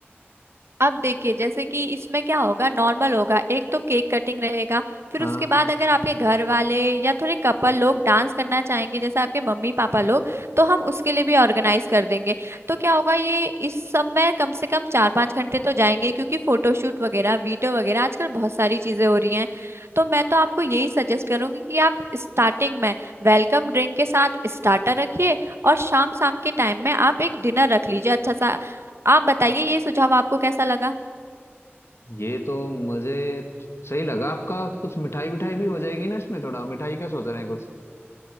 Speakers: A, on the right (about 75°); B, on the left (about 80°).
A: अब देखिए जैसे कि इसमें क्या होगा नॉर्मल होगा एक तो केक कटिंग रहेगा फिर
B: हाँ
A: उसके बाद अगर आपके घर वाले या थोड़े कपल लोग डांस करना चाहेंगे जैसे आपके मम्मी पापा लोग तो हम उसके लिए भी ऑर्गेनाइज कर देंगे तो क्या होगा ये इस सब में कम से कम चार पाँच घंटे तो जाएंगे क्योंकि फोटोशूट वगैरह वीडियो वगैरह आजकल बहुत सारी चीजें हो रही हैं तो मैं तो आपको यही सजेस्ट करूंगी कि आप स्टार्टिंग में वेलकम ड्रिंक के साथ स्टार्टर रखिए और शाम शाम के टाइम में आप एक डिनर रख लीजिए अच्छा सा आप बताइए ये सुझाव आपको कैसा लगा
B: ये तो मुझे सही लगा आपका कुछ मिठाई विठाई भी हो जाएगी ना इसमें थोड़ा मिठाई का सोच रहे हैं कुछ